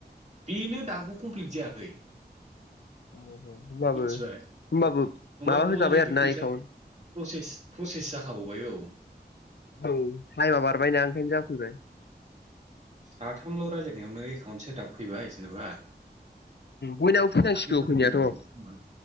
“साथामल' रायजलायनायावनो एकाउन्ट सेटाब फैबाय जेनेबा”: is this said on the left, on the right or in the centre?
Right